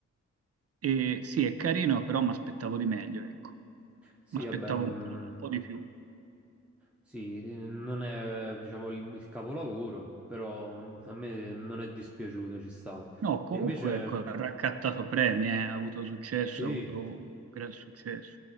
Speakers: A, on the right (about 55°); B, in the centre.
A: E sì, è carino, però mi aspettavo di meglio, ecco.
B: Sì,
A: Mi aspettavo
B: vabbè, mm,
A: un po', un po' di più.
B: sì, non è, diciamo, il, il capolavoro, però a me non è dispiaciuto, ci stavo.
A: No, comunque,
B: E invece,
A: ecco, ha raccattato premi, eh, Ha avuto successo,
B: sì,
A: ha avuto un gran successo.